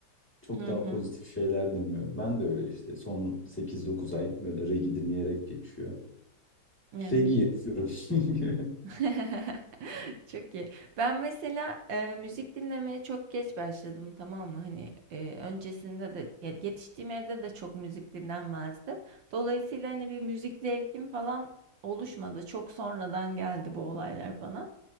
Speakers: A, in the centre; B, on the right (about 75°).
A: çok
B: Hı
A: daha
B: hı.
A: pozitif şeyler dinliyorum. Ben de öyle işte son sekiz dokuz ay böyle reggae dinleyerek geçiyor.
B: Evet.
A: Reggae yapıyorum. çünkü.
B: <laughs> Çok iyi. Ben mesela e, müzik dinlemeye çok geç başladım tamam mı? Hani e, öncesinde de ya yetiştiğim evde de çok müzik dinlenmezdi. Dolayısıyla hani bir müzik zevkim falan oluşmadı. Çok sonradan geldi bu olaylar bana.